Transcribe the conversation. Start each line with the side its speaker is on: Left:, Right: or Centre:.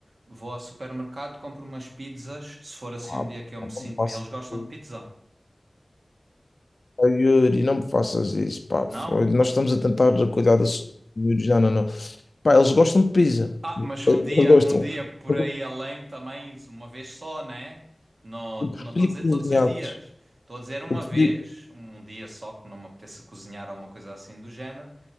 Right: vou ao supermercado, compro umas pizzas, se for assim
Left: Ah,
Right: um dia que eu
Left: pá,
Right: me sinto,
Left: não me faças
Right: me- eles gostam
Left: isso,
Right: de pizza?
Left: pá, Yuri, não me faças isso, pá.
Right: Não?
Left: Foi- Nós estamos a tentar cuidar da saúde dos miúdos, não, não, não. Pá, eles gostam de pizza.
Right: Ah, mas um
Left: Eles
Right: dia,
Left: gostam.
Right: um dia por
Left: Eu
Right: aí além também, isso, uma vez só, né? Não,
Left: eu preferi
Right: não estou a dizer
Left: cozinhados.
Right: todos os dias. Estou a dizer uma
Left: Eu preferi.
Right: vez, um dia só que não me apeteça cozinhar ou uma coisa assim do género.